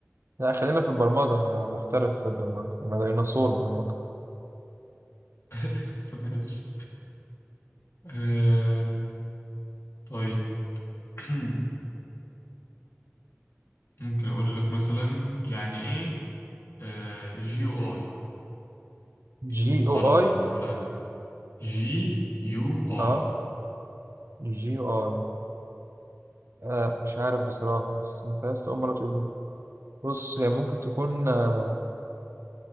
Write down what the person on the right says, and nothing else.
لا خلينا في البرمجة انا محترف في البرمجة انا ديناصور برمجة
جي
او اي
اه جي او اي آه مش عارف بصراحة بس انت بس أول مرة تقول لي. بص هي ممكن تكون آه